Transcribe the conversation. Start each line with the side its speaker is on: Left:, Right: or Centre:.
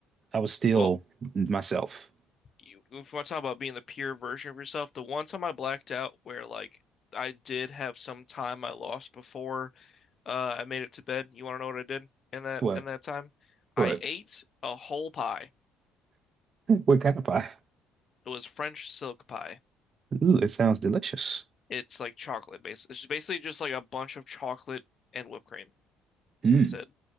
Right: I was still
Left: well,
Right: myself.
Left: you, if you want to talk about being the pure version of yourself, the one time I blacked out where like I did have some time I lost before uh, I made it to bed. You want to know what I did in that
Right: What?
Left: in that time?
Right: What?
Left: I ate a whole pie.
Right: What kind of pie?
Left: It was French silk pie.
Right: Ooh, it sounds delicious.
Left: It's like chocolate base. It's just basically just like a bunch of chocolate and whipped cream.
Right: Mm.
Left: That's it.